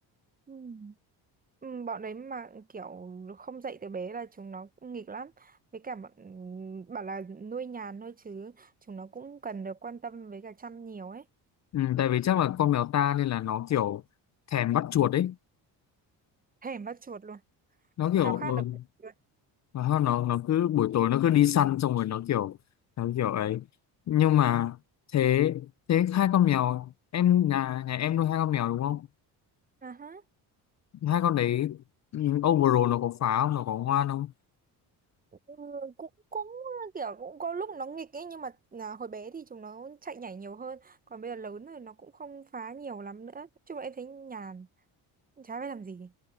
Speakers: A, on the right; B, on the left.
A: Ừ. Ừ, bọn đấy mà kiểu không dạy từ bé là chúng nó cũng nghịch lắm với cả bọn bảo là nuôi nhàn nuôi chứ chúng nó cũng cần được quan tâm với cả chăm nhiều ấy
B: Ừ, tại vì chắc là con mèo ta nên là nó kiểu thèm bắt chuột ấy
A: thèm bắt chuột luôn
B: nó kiểu
A: khao khát
B: ừ,
A: được bắt
B: nó nó nó cứ buổi tối nó cứ đi săn xong rồi nó kiểu nó kiểu ấy nhưng mà thế thế hai con mèo em nhà nhà em nuôi hai con mèo đúng không
A: chuột.
B: hai con đấy ừ, overall nó có phá không nó có ngoan không
A: Ừ, cũng cũng kiểu cũng có lúc nó nghịch ấy nhưng mà à, hồi bé thì chúng nó chạy nhảy nhiều hơn còn bây giờ lớn rồi nó cũng không phá nhiều lắm nữa Nói chung là em thấy nhàn chả phải làm gì